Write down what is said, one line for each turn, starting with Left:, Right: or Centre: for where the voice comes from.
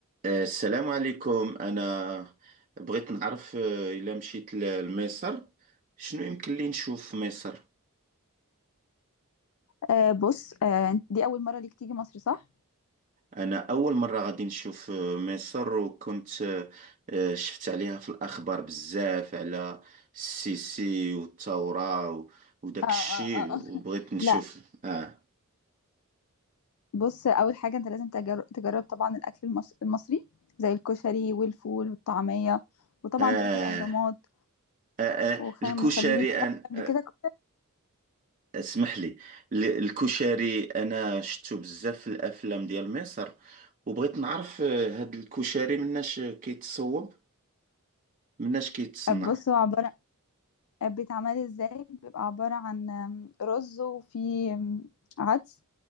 Right: آه، السلام عليكم أنا بغيت نعرف آه، إلا مشيت ل- لمصر شنو يمكن لي نشوف في مصر
Left: آه بص آه دي أول مرة ليك تيجي مصر صح؟
Right: أنا أول مرة غادي نشوف آه، مصر وكنت آه، آه، شفت عليها في الأخبار بزاف على السيسي والثورة و- وداك
Left: آه آه
Right: الشي
Left: آه.
Right: وبغيت
Left: آه. <laughs>
Right: نشوف
Left: لا
Right: آه
Left: بص أول حاجة أنت لازم تجر- تجرب طبعا الأكل المص- المصري زي الكشري والفول والطعمية وطبعا
Right: آه,
Left: تروح الأهرامات
Right: آه, آه
Left: وخان
Right: الكشري
Left: خليلي جربت
Right: أن
Left: قبل
Right: آه،
Left: كده كشري؟
Right: اسمح لي ال- الكشري انا شفتو بزاف في الافلام ديال مصر وبغيت نعرف آه، هاد الكشري مناش كيتصوب مناش كيتصنع
Left: آه، بص هو عبارة آه، بيتعمل ازاي بيبقى عبارة عن آم، رز وفي آم، عدس